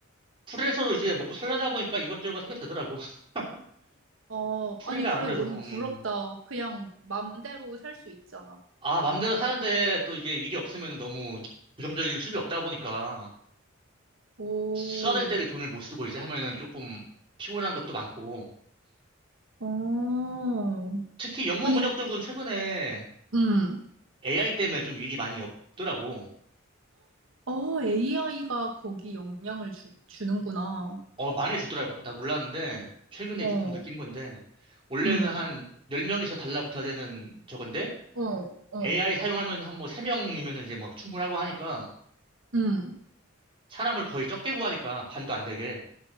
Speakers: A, on the right (about 25°); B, on the right (about 75°).
A: 프리랜서로 이제 먹고 살려다 보니까 이것저것 하게 되더라고. <laughs>
B: 어,
A: 프리가
B: 아니, 그래,
A: 아무래도
B: 너무
A: 음.
B: 부럽다. 그냥 맘대로 살 수 있잖아.
A: 아, 맘대로 사는데 또 이게 일이 없으면 너무 고정적인 수입이 없다 보니까
B: 오,
A: 써야 될 때를 돈을 못 쓰고 이제 하면은 조금 피곤한 것도 많고
B: 어.
A: 특히 영문
B: 아니,
A: 번역 쪽은 최근에
B: 음.
A: AI 때문에 좀 일이 많이 없더라고.
B: 어, AI가 거기 영향을 주, 주는구나.
A: 어, 많이 주더라고요. 나 몰랐는데, 최근에
B: 어,
A: 좀, 좀 느낀 건데, 원래는
B: 음,
A: 한 10명에서 달라붙어야 되는 저건데,
B: 어, 어.
A: AI 사용하면 한 뭐 3명이면 이제 막 충분하고 하니까,
B: 음.
A: 사람을 거의 적게 구하니까, 반도 안 되게.